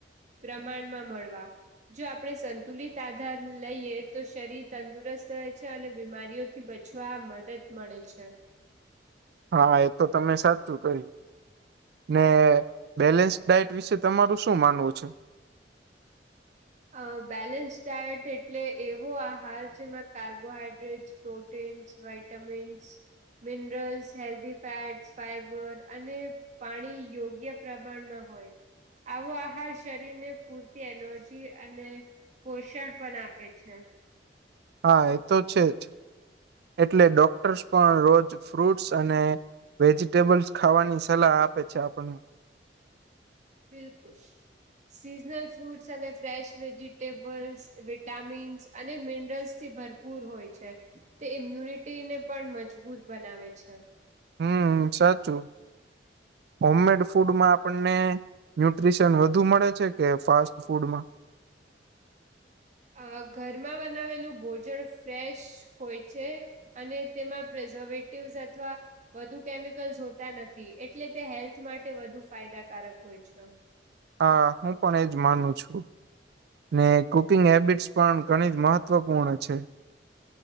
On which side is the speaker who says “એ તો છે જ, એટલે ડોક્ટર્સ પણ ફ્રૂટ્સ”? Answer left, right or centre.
Right